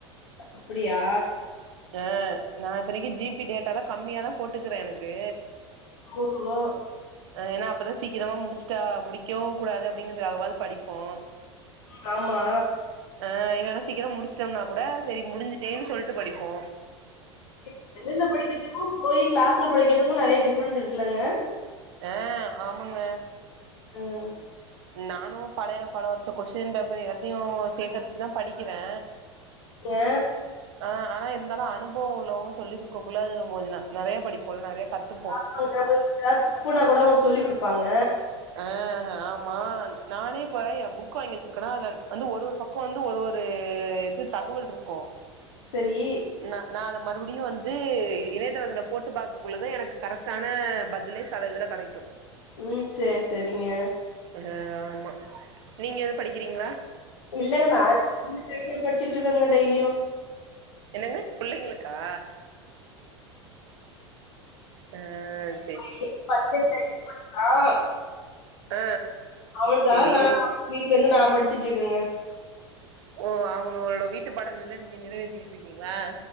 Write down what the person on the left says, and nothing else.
அப்டியா
ஓஹோ
ம் ஆமா
இப்ப நேர்ல படிக்கிறதுக்கு போய் களாஸ்ல படிக்கிறதுக்கு நெறைய டிஃப்ரெண்ட் இருக்குல்லங்க
ம்
ஏ
ஆமாங்க உங்களுக்கு எதாவது தப்புனா கூட அவங்க சொல்லி் கொடுப்பாங்க
செரி
ம் சேர் சேரிங்க
இல்ங்க நான்னா டெய்லியு படிச்சிட்டு இருக்கங்க டெய்லியு
<unintelligible>
அவனுக்காக
நா வீட்ல இருந்து நா படிச்சிட்டு இருக்கேங்க